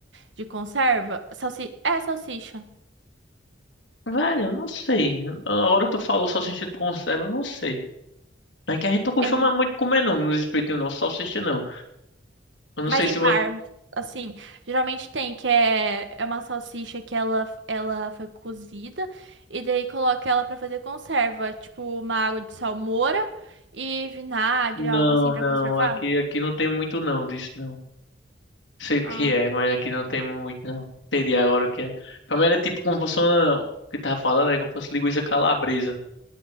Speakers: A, on the right (about 75°); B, on the left (about 80°).
A: de conserva. Salsi... É salsicha.
B: Velho, eu não sei. Na hora tu falou salsicha de conserva, eu não sei. É que a gente não costuma
A: É.
B: muito comer não, nos espetinhos não, salsicha não. Eu não
A: Mas
B: sei
A: em
B: se você.
A: bar, assim, geralmente tem, que é, é uma salsicha que ela, ela foi cozida e daí coloca ela pra fazer conserva, tipo uma água de salmoura e vinagre,
B: Não,
A: algo assim pra
B: não,
A: conservar.
B: aqui, aqui não tem muito não disso não. Sei o
A: Ah.
B: que é, mas aqui não tem muito, não. Entendi agora o que é. Pra mim era tipo como fosse uma... O que tava falando aí, como fosse linguiça calabresa.